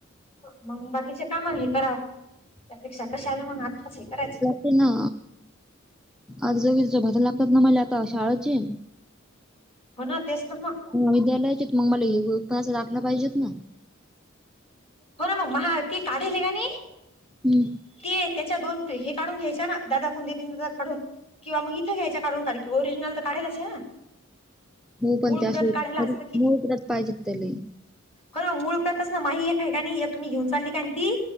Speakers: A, on the left; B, in the centre.
A: मग मंग बाकीचे काम हे करावं त्यापेक्षा कशाला मग आत्ताच हे करायचे.
B: ते ना अर्ज बिर्ज भरून लागतात ना मला आता शाळची.
A: हो ना तेच ना म
B: विद्यालयाचे मग मला हे <unintelligible> दाखलं पाहिजेत ना
A: हो ना मग महाआरती काढली का नाही
B: हम्म.
A: ते त्याच्या दोन हे काढून घ्यायच्या ना दादा कोण देतात तीन दादा काढून किंवा मग इथे घ्यायच्या काढून कारण की ओरिजिनल तर काढालच ना.
B: म पण
A: मूळ
B: त्याशी
A: प्रत काढायला
B: <unintelligible>
A: असलं
B: पाहिजे त्याली.
A: होर मूळ प्रतच ना माही एक काय का एक मी घेऊन चालली काय ती